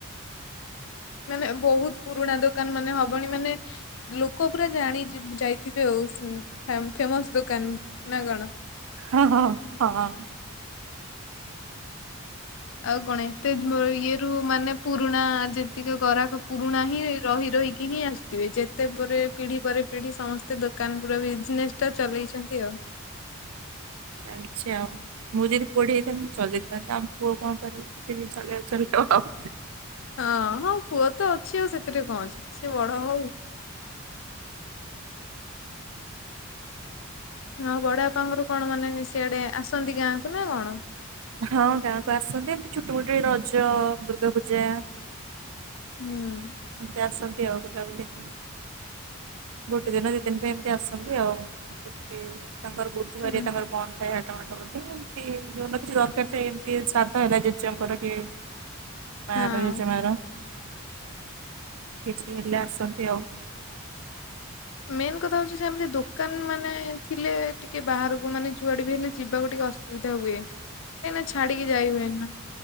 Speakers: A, on the left (about 65°); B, on the right (about 80°).
A: ମାନେ ବହୁତ୍ ପୁରୁଣା ଦୋକାନ ମାନେ ହ ବଣୀ ମାନେ ଲୋକ ପୁରା ଜାଣି ଯିବ୍ ଯାଇଥିବେ ଆଉ ଫେମ୍ ଫେମସ। ଦୋକାନ୍ ନାଁ କଣ?
B: ହଁ ହଁ ହଁ।
A: ଆଉ କଣ ଏତେ ଯୁ ଇଏରୁ ମାନେ ପୁରୁଣା ଯେତିକ ଗରାଖ ପୁରୁଣା ହିଁ। ରହି ରହିକି ହିଁ ଆସଥିବେ ଯେତେ ପରେ ପିଢି ପରେ ପିଢି ସମସ୍ତେ ଦୋକାନ ପୁରା ବି ଜନେସ୍ ଟା ଚଲେଇଚନ୍ତି ଆଉ।
B: ଜାଣଛି ଆଉ। ମୁଁ ଯଦି ପଢି ଯାଇଥାନ୍ତି ମୁଁ ଚଲେଇଥାଆନ୍ତି ଆମ୍ ପୁଅ କଣ କରିବ ସେ ଚଲେଇ ଚଲେଇ ଦବ ଆଉ।
A: ହଁ ହଉ ପୁଅ ତ ଅଛି ଆଉ ସେଥିରେ କଣ ଅଛି ସିଏ ବଡ ହଉ। ନା ବଡ ବାପାଙ୍କଘରୁ କଣ ମାନେ ସିଆଡେ ଆସନ୍ତି ଗାଁକୁ ନା କଣ?
B: ହଁ ଗାଁକୁ ଆସନ୍ତି ଛୁଟି ମୁଟି ରେ ରଜ ଦୁର୍ଗା ପୂଜା।
A: ହୁଁ।
B: ସେ ଆସନ୍ତି ଆଉ ବୁଲାବୁଲି। ଗୋଟେ ଦିନ ଦି ଦିନ୍ ପାଇଁ ଏମିତି ଆସନ୍ତି ଆଉ ଛୁଟି ତାଙ୍କର ବୁଧୁ
A: ହୁଁ
B: ବାରିଆ ତାଙ୍କର। ବନ୍ଦ୍ ଥାଏ ହାଟ ବାଟ ବୋଧେ କି ଯୋଉଦିନ କିଛି ଦରକାର୍ ଥାଏ ଏମତି ଶ୍ରାଦ୍ଧ ହେଲା ଜେଜେଙ୍କର କି। ମାର
A: ହଁ।
B: ଜେଜେମାର କିଛି ହେଲେ ଆସନ୍ତି ଆଉ।
A: ମେନ୍ କଥା ହଉଚି ସେ ଏମତି ଦୋକାନ ମାନେ ଥିଲେ ଟିକେ ବାହାରୁକୁ ମାନେ ଯୁଆଡେ ବି ହେଲେ ଯିବାକୁ ଟିକେ ଅସୁ ବିଧା ହୁଏ କାହିଁନା ଛାଡିକି ଯାଇ ହୁଏନି ନା।